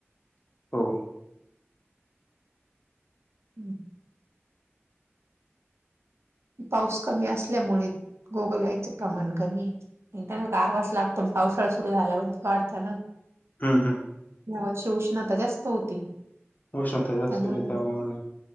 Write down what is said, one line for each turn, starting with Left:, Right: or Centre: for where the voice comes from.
Left: हो.
Right: हम्म. पाऊस कमी असल्यामुळे गोगलगाईनचं प्रमाण कमी आहे. त्यांना गारवाच लागतो ना पावसाळा सुरू झाल्यावर वाढता ना
Left: हम्म हम्म
Right: ह्या वर्षी उष्णता जास्त होती.
Left: उष्णता जास्त
Right: त्यामुळे
Left: होती त्यामुळ